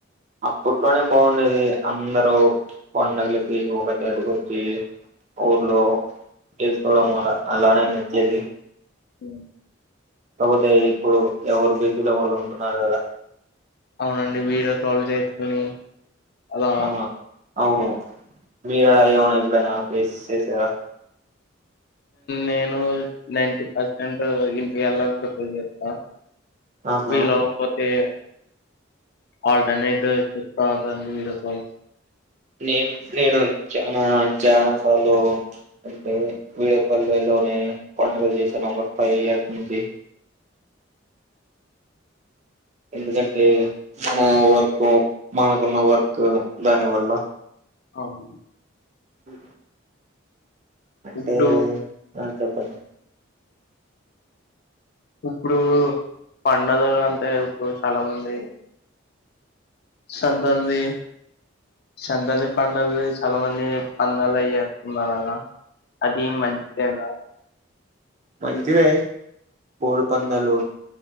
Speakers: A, on the right; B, on the left.
A: అప్పట్లోనే బాండేది అందరూ పండగలకి ఒక చోటుకి వచ్చి ఊర్లో చేసుకోడం వల్ల అలానే నచ్చేది
B: ఏమో
A: కాకపోతే ఇప్పుడు ఎవరు బీజిలో వాళ్ళు ఉంటున్నారు గదా
B: అవునండి వీడియో కాల్ చేసుకోని అలా
A: ఆ అవును మీరెలా ఏమన్నా ఎప్పుడనా ఫెస్ చేసారా
B: నేను నైంటీ పర్సెంట్ ఇంటికి ఎళ్ళకపోతే చేప్తా
A: ఆహా
B: వీలు అవ్వ పోతే ఆల్టర్నేట్ తాసాండి వీడియో కాల్
A: నేను నేను చాన చాలా సార్లు అంటే వీడియో కాల్ చేయలె ఇంట్లోనే పండుగలు చేసాను ఒక ఫైవ్ ఇయర్స్ నుంచి ఎందుకంటే మన వర్క్ మనకున్న వర్క్ దాని వల్ల
B: అవును
A: ఉ అంటే
B: ఇప్పుడు
A: ఆ చెప్పండి
B: ఇప్పుడు పండగ అంటే ఇప్పుడు చాలా మంది సంక్రాంతి సంక్రంతి పండవి చాలా మంది పందాలు అయి ఏస్తున్నారు అలాగ అది మంచిదేనా
A: మంచిదే కోడి పందాలు